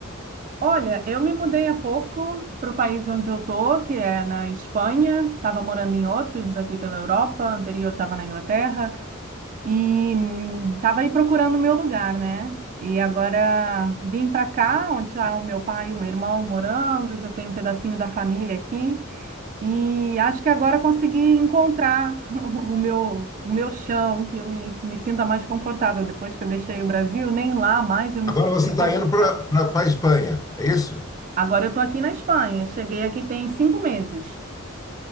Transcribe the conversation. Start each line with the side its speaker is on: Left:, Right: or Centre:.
Right: Olha, eu me mudei há pouco para o país onde eu tô, que é na Espanha. Estava morando em outros aqui pela Europa, anterior estava na Inglaterra e estava aí procurando o meu lugar, né? E agora vim para cá, onde está o meu pai e o meu irmão morando, já tenho um pedacinho da família aqui. E acho que agora consegui encontrar <laughs> o meu, o meu chão, que eu me, me sinta mais confortável. Depois que eu deixei o Brasil, nem lá mais eu me
Left: Agora
Right: senti
Left: você está
Right: confortável.
Left: indo para a Espanha, é isso?
Right: Agora eu estou aqui na Espanha, cheguei aqui tem cinco meses.